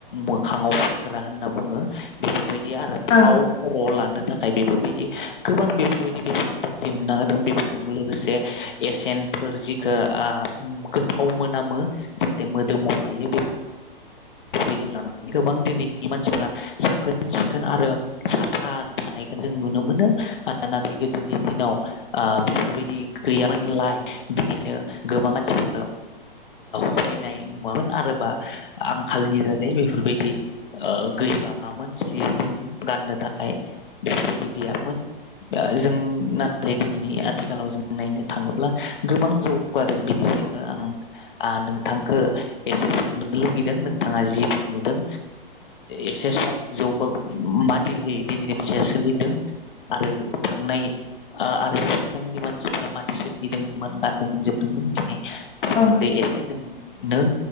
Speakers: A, on the left; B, on the left.
A: मोखांआव फुनग्रा होनना बुङो बेफोरबायदि बिदिया आरो थाव
B: ओं
A: खर' लानो थाखाय बेफोरबायदि गोबां बेफोरबायदि बेसादफोर दिहुनना होदों बेफोरजों लोगोसे एसेयनफोर जिख गोथाव मोनामो जाथे मोदोमाव लायो बे बेफोरबायदि लानानै गोबां दिनैनि मानसिफोरा साखोन सिखोन आरो साफा थानायखौ जों नुनो मोनो नाथाय गोदोनि दिनाव बेफोरबायदि गैयामोनलाय बिनिखायनो गोबां मानसिफोरा फरायायनाय नुवामोन आरो बा आं आ खाालनि दादै बेफोरबायदि गैबाङामोन जि जोम गाननो थाखाय बेफोरबायदि गैयामोन जों नाथाय दिनैनि आथिखालाव जों नायनो थाङोब्ला गोबां जौगादों बिनि सायावनो आं नोंथांखौ एसे सोंनो लुगैदों नों बिथाङा जिफोर नुदों एसे सम जौग मादिह दिनैनि मानसिया सोलिदों आरो थांनाय आरो सिगांनि मानसिफोरा मादि सोलिदोंमोन गानदोंमोन जोमदोंमोन बि सोमोन्दै
B: ओं ओ
A: एसे नों